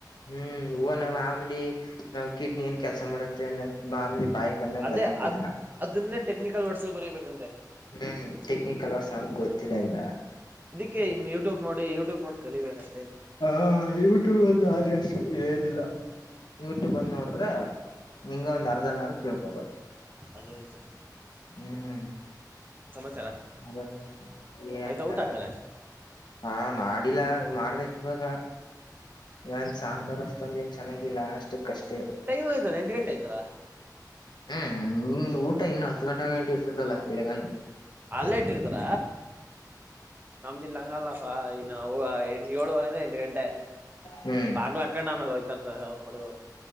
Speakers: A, on the left; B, on the right.
A: ಹ್ಮ್ ಒನ ಮಾಮುಲಿ ನಾವ್ ಕಿಡ್ನಿ ಏನ್ ಕೆಲಸ ಮಾಡತ್ತೆ ನ ಮಾಮೂಲಿ ಬಾಯಿಗ್ ಬಂದಂಗ
B: ಅದೇ
A: ಬರಂಗಿಲ್ಲ
B: ಅದ್ ಅದನ್ನೇ ಟೆಕ್ನಿಕಲ್ ವರ್ಡ್ಸ್ ಅಲ್ಲಿ ಬರಿಬೇಕಂತೆ.
A: ಹ್ಮ್ ಟೆಕ್ನಿಕಲ್ ವರ್ಡ್ಸ್ ಗೊತ್ತಿಲ್ಲ ಈಗ
B: ಕೆ ಇನ್ ಯೂಟ್ಯಬ್ ನೋಡಿ ಯೂಟ್ಯೂಬ್ ನೋಡ್ ಕಲೀಬೇಕ್ ಅ
A: ಹಾ ಯೂಟ್ಯೂಬ್ ಅದು ಆರಿ ಅಷ್ಟೆ ಹೇಳದಿಲ್ಲ ಯೂಟ್ಯೂಬ್ ಅಲ್ಲಿ ನೋಡಿದ್ರೆ ಹಂಗೊ ಒಂದ್ ಅರ್ಧನಾರು ತಿಳ್ಕೊಬೋದು
B: ಅದು ನಿಜ.
A: ಹ್ಮ್
B: ಏನ್ ಸಮಾಚಾರ
A: <unintelligible> ಏನಿಲ್ಲ
B: ಆಯ್ತಾ ಊಟ ಹಾಕಲ್ಲ
A: ಕಣೋ ಹಾ ಮಾಡಿಲ್ಲ ಮಾಡ್ಬೇಕ್ ಕಿ ಇವಾಗ ಏನ್ ಸಾಂಬಾರ್ ಅಷ್ಟೊಂದ್ ಏನ್ ಚೆನ್ನಾಗಿಲ್ಲ ಅಷ್ಟು ಕಷ್ಟೇ
B: ಟೈಮ್ ಆಯ್ತಲ್ಲ ಎಂಟು ಗಂಟೆ ಆಯ್ತಲ್ಲ
A: ಹ್ಮ್ ಊಟ್ ಟ ಇನ್ನು ಹತ್ತು ಗಂಟೆ ಗಂಟ ಇರ್ತದಲ್ಲ ಬೆಳಗಾನೂ
B: ಅಲ್ಲೇ ಇಟ್ಟಿರ್ತಾರ ನಮ್ದೂ ಇಲ್ಲಿ ಹಂಗಲ್ಲ ಸರ್ ನಾವು ಏಳುವರೆ ಇಂದ ಎಂಟು ಗಂಟೆ
A: ಹ್ಮ್
B: ಬಾಗ್ಲೂ ಹಾಕೊಂಡ್ ಆಮೇಲೆ ಹೊ ತರ್ತಾರೆ ಅವರು ಪಡಿಗೆ ಅವರು